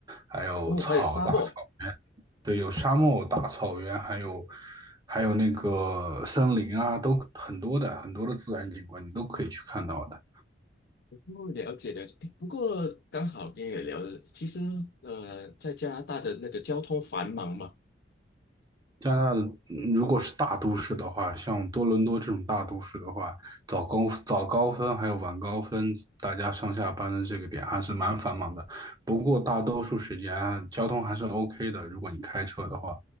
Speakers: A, on the right; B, on the left.
A: 还有草大草。
B: 哦，还有沙漠。
A: 原。对，有沙漠、大草原，还有还有那个森林啊，都很多的很多的自然景观，你都可以去看到的。
B: 哦，了解了解。诶不过刚好跟也聊了，其实呃，在加拿大的那个交通繁忙嘛，
A: 加拿大嗯如果是大都市的话，像多伦多这种大都市的话，早高早高峰还有晚高峰，大家上下班的这个点还是蛮繁忙的。不过大多数时间啊交通还是 OK 的，如果你开车的话，